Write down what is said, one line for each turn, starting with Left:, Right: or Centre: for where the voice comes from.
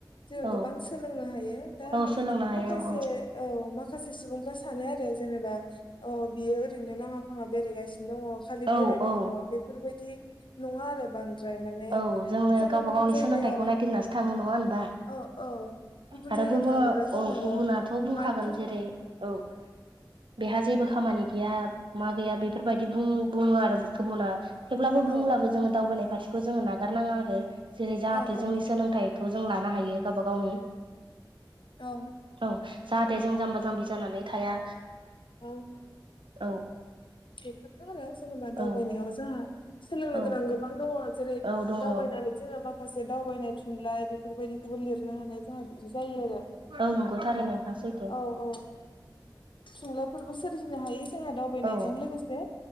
Left: जों
Right: औ
Left: गोबां सोलोंनो हायो दा
Right: औ सोलोंनो हायो
Left: माखासे
Right: नंगौ
Left: औ माखासे सुबुंफ्रा सानो आरो जेनेबा ओ बियो ओरैनो नाङा फाङा बेरायगासिनो दङ खालि
Right: औ
Left: बेरायनायल
Right: औ
Left: बेफोरबायदि नङा आरो बांद्राय माने
Right: औ जोङो गावबा
Left: गुबुन
Right: गावनि
Left: जायगायाव
Right: सोलोंथाइखौ नायगिरनासो थाङो नङा होनबा?
Left: औ औ गुबुन
Right: आरो
Left: जायगायाव
Right: गुबुना
Left: थाङोब्ला जोङो
Right: औ गुबुनाथ' बुंखागोन
Left: माइन्डफोर
Right: जेरै, औ । बेहा जेबो खामानि गैया मा गैया बेफोरबायदि बुं बुङो आरो गुबुना थेवब्लाबो
Left: औ
Right: बुंब्लाबो
Left: औ
Right: जोङो दावबायनाय फारसेखौ जोङो नागारनाङा आरो जेरै जाहाथे
Left: औ औ
Right: जोंनि सोलोंथाइ खौ जों लानो हायो गावबा गावनि
Left: औ।
Right: औ जाहाथे जों जाम्बा जाम्बि जानानै थाया।
Left: औ।
Right: औ।
Left: बेफोरनो आरो जेनेबा
Right: औ
Left: दावबायनायाव जोंहा सोलोंनो
Right: औ
Left: गोनां गोबां दङ जेरै
Right: औ दङ
Left: दावबायनानै जोङो माखासे दावबायनाय थुनलाइ बेफोरबायदिखौबो लिरनो हानाय जोंहा बिदि जायो आरो
Right: औ नंगौ थारैनो नोंथां सैथो
Left: औ औ। थुनलाइफोरबो सोरजिनो हायो जोंहा दावबायनाय
Right: औ
Left: जों लोगोसे